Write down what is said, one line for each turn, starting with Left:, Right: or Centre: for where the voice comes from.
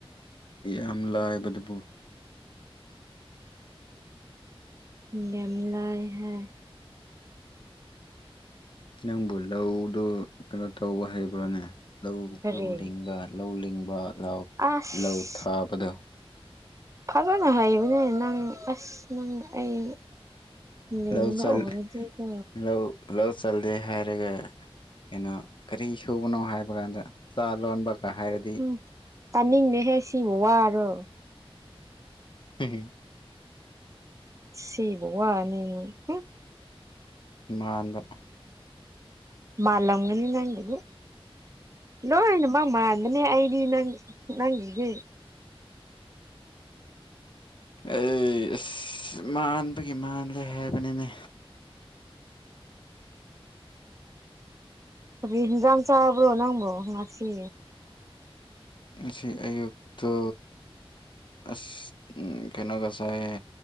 Left: ꯌꯥꯝ ꯂꯥꯏꯕꯗꯨꯕꯨ
Right: ꯌꯥꯝ ꯂꯥꯏ ꯍꯣꯏ
Left: ꯅꯪꯕꯨ ꯂꯧꯗꯨ ꯀꯩꯅꯣ ꯇꯧꯕ ꯍꯩꯕ꯭ꯔꯣꯅꯦ ꯂꯧ
Right: ꯀꯔꯤ
Left: ꯂꯧ ꯂꯤꯡꯕ ꯂꯧ ꯂꯤꯡꯕ ꯂꯧ
Right: ꯑꯁ
Left: ꯂꯧ ꯊꯥꯕꯗꯣ
Right: ꯐꯖꯅ ꯍꯩꯕꯅꯦ ꯅꯪ ꯑꯁ ꯅꯪ ꯑꯩ ꯂꯦꯡꯒ
Left: ꯂꯧ ꯆꯜ
Right: ꯑꯣꯏꯔꯗꯤꯀꯣ
Left: ꯂꯧ ꯂꯧ ꯆꯜꯂꯦ ꯍꯥꯏꯔꯒ ꯀꯩꯅꯣ ꯀꯔꯤ ꯁꯨꯕꯅꯣ ꯍꯥꯏꯕ ꯀꯥꯟꯗ ꯆꯥ ꯂꯣꯟꯕꯒ ꯍꯥꯏꯔꯗꯤ
Right: ꯎꯝ ꯇꯥꯅꯤꯡꯗꯦꯍꯦ ꯁꯤꯕꯨ ꯋꯥꯕ꯭ꯔꯣ
Left: <unintelligible>
Right: ꯁꯤꯕꯨ ꯋꯥꯅꯦꯅ <unintelligible>
Left: ꯃꯥꯟꯕ
Right: ꯃꯥꯟꯂꯝꯒꯅꯤ ꯅꯪꯕꯨꯗꯤ ꯂꯧ <unintelligible> <unintelligible> ꯑꯩꯗꯤ ꯅꯪ ꯅꯪꯒꯤꯗꯤ
Left: ꯑꯩ ꯑꯁ ꯃꯥꯟꯕꯒꯤ ꯃꯥꯜꯂꯦ ꯍꯥꯏꯕꯅꯤꯅꯦ
Right: ꯀ ꯍꯤꯟꯖꯥꯡ ꯆꯥꯥꯕ꯭ꯔꯣ ꯅꯪꯕꯣ ꯉꯁꯤ
Left: ꯉꯁꯤ ꯑꯌꯨꯛꯇꯣ ꯑꯁ ꯀꯩꯅꯣꯒ ꯆꯥꯏꯌꯦ